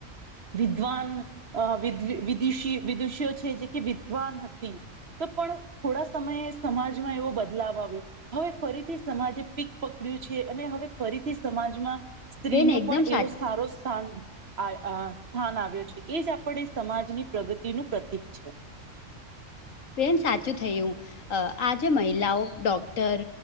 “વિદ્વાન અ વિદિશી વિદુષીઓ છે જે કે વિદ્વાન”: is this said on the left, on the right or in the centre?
Right